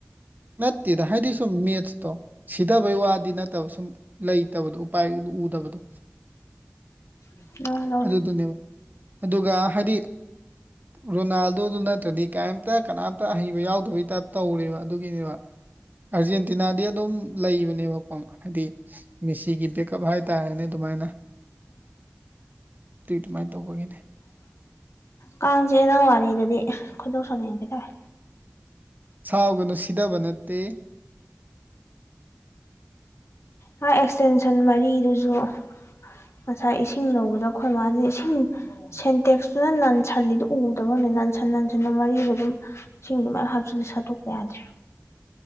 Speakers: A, on the right (about 40°); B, on the left (about 75°).
A: ꯃꯦꯠ ꯇꯦꯗ ꯍꯥꯏꯗꯤ ꯁꯨꯝ ꯃꯦꯠꯁ ꯇꯣ ꯁꯤꯗꯕꯩ ꯋꯥꯗꯤ ꯅꯠꯇꯕ ꯁꯨꯝ ꯂꯩꯇꯕꯗꯣ ꯎꯄꯥꯏ ꯎꯗꯕꯗꯣ
B: <unintelligible>
A: ꯑꯗꯨ ꯗꯨꯅꯦꯕ ꯑꯗꯨꯒ ꯍꯥꯏꯗꯤ ꯔꯣꯅꯥꯜꯗꯣꯗꯨ ꯅꯠꯇ꯭ꯔꯗꯤ ꯀꯔꯤꯝꯇ ꯀꯅꯥꯝꯇ ꯑꯍꯩꯕ ꯌꯥꯎ ꯑꯗꯨꯒꯤ ꯇꯥꯏꯞ ꯇꯧꯔꯦꯕ ꯑꯗꯨꯒꯤꯅꯦꯕ ꯑꯥꯔꯖꯦꯟꯇꯤꯅꯥꯗꯤ ꯑꯗꯨꯝ ꯂꯩꯕꯅꯦꯕꯀꯣ ꯍꯥꯏꯗꯤ ꯃꯦꯁꯤꯒꯤ ꯕꯦꯀꯣ ꯍꯥꯏ ꯇꯥꯔꯦꯅꯦ ꯑꯗꯨꯃꯥꯏꯅ ꯑꯗꯨꯏ ꯑꯗꯨꯃꯥꯏꯅ ꯇꯧꯕꯒꯤꯅꯦ
B: ꯀꯥꯡ ꯆꯤꯛꯑꯦ ꯅꯪ ꯋꯥꯔꯤꯗꯨꯗꯤ ꯈꯣꯏꯗꯣꯛ ꯁꯅꯤꯡꯒꯦ ꯇꯧꯔꯦ
A: ꯁꯥꯎꯒꯅꯨ ꯁꯤꯗꯕ ꯅꯠꯇꯦ
B: ꯃꯥ ꯑꯦꯛꯁꯇꯦꯟꯁꯟ ꯃꯔꯤꯗꯨꯁꯨ ꯉꯁꯥꯏ ꯏꯁꯤꯡ ꯂꯧꯕꯗꯣ ꯑꯩꯈꯣꯏ ꯃꯥꯁꯤꯅ ꯏꯁꯤꯡ ꯁꯦꯟꯇꯦꯛꯁꯇꯨꯅ ꯂꯟꯁꯜꯂꯤꯗꯨ ꯎꯗꯕꯔ ꯈꯪꯗꯦ ꯂꯟꯁꯟ ꯅꯥꯟꯁꯤꯟꯅ ꯃꯔꯤꯗ ꯑꯗꯨꯝ ꯁꯤꯡꯗꯨ ꯃꯌꯥꯝ ꯍꯥꯞꯆꯤꯜ ꯁꯥꯠꯇꯣꯛꯄ ꯌꯥꯗ꯭ꯔꯦ